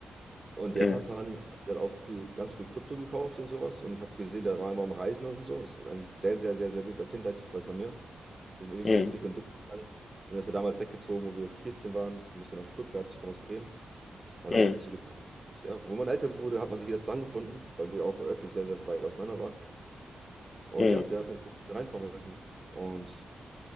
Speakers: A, on the right (about 25°); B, on the left (about 45°).
A: Und der
B: Mhm.
A: hat dann, der hat auch viel, ganz früh Krypto gekauft und sowas. Und ich habe gesehen, der war immer am Reisen und so. Ist ein sehr, sehr, sehr, sehr guter Kindheitsfreund von mir. Wir sind wirklich
B: Mhm.
A: durch dick und dünn gegangen. Und dann ist er damals weggezogen, wo wir 14 waren. Ich musste nach Stuttgart, ich komme aus Bremen. Und
B: Mhm.
A: dann hat man sich so getrennt. Und Ja, wo man älter wurde, hat man sich wieder zusammengefunden, weil wir auch örtlich sehr, sehr weit auseinander waren. Und
B: Mhm.
A: ja, der hat mir da rein verholfen. Und